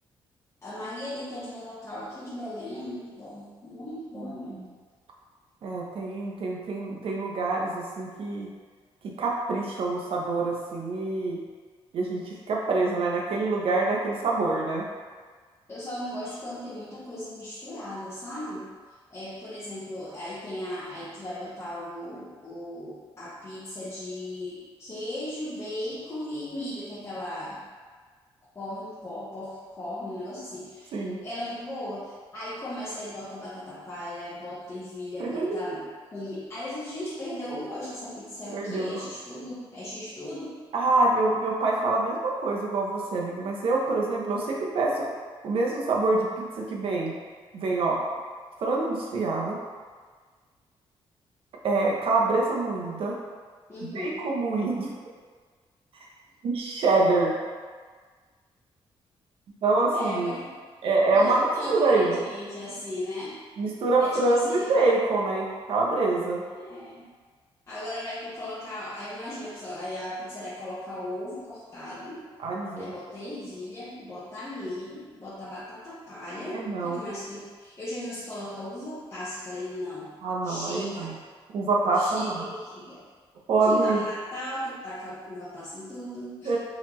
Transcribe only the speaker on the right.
Uhum.
É, tem, tem, tem, tem lugares assim que, que capricham no sabor assim e, e a gente fica preso, né? Naquele lugar, naquele sabor, né?
Sim,
<laughs>
perdeu.
Ah, meu, meu pai fala a mesma coisa, igual você, amiga. Mas eu, por exemplo, eu sempre peço o mesmo sabor de pizza que vem. Vem, ó, frango desfiado, é, calabresa moída,
bacon moído <laughs> e cheddar. Então, assim,
é,
é uma
mistura
aí.
Mistura
frango
e bacon, né? E calabresa.
Ai, misericórdia.
Ai,
não.
Ah, não,
aí não. Uva passa,
não.
Ô, amigo.
é,